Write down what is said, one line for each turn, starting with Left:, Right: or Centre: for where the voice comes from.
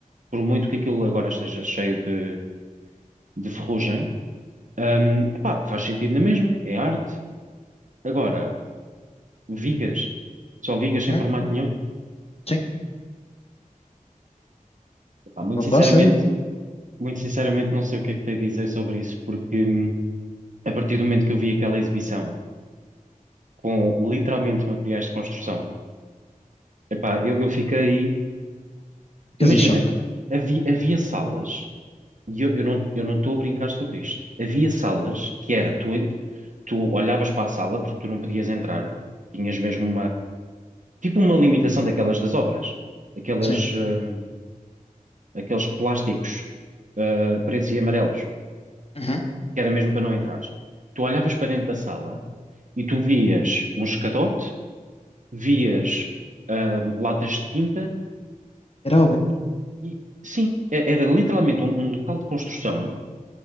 Right: Por muito que aquilo agora esteja cheio de de ferrugem, hum, epá, faz sentido na mesma, é arte. Agora, vigas, só vigas sem
Left: Uhum.
Right: formato nenhum.
Left: Sim.
Right: Epá,
Left: Estou
Right: muito
Left: a
Right: sinceramente,
Left: falar sério.
Right: muito sinceramente não sei o que é que tenho a dizer sobre isso, porque hum, a partir do momento que eu vi aquela exibição com literalmente materiais de construção, epá, eu, eu fiquei.
Left: Ficas
Right: Imagina,
Left: em choque.
Right: havia, havia salas, e eu, eu não, eu não estou a brincar sobre isto. Havia salas que era, tu, tu olhavas para a sala porque tu não podias entrar, tinhas mesmo tipo uma limitação daquelas das obras, aquelas,
Left: Sim.
Right: hum, aqueles plásticos uh, pretos e amarelos,
Left: Uhum.
Right: que era mesmo para não entrar. Tu olhavas para dentro da sala e tu vias um escadote, vias hum, latas de tinta
Left: Era obra.
Right: e, e- sim, e- era literalmente um, um local de construção,